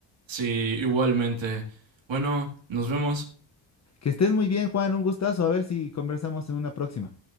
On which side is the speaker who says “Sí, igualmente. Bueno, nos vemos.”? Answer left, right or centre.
Right